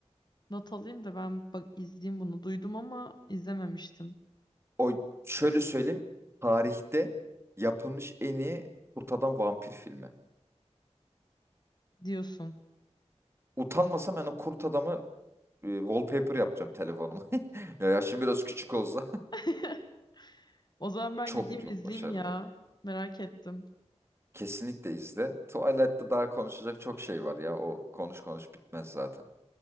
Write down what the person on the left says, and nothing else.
Not alayım da ben bak izleyeyim bunu. Duydum ama izlememiştim
diyorsun.
<laughs> O zaman
ben
gideyim
izleyeyim
ya. Merak ettim.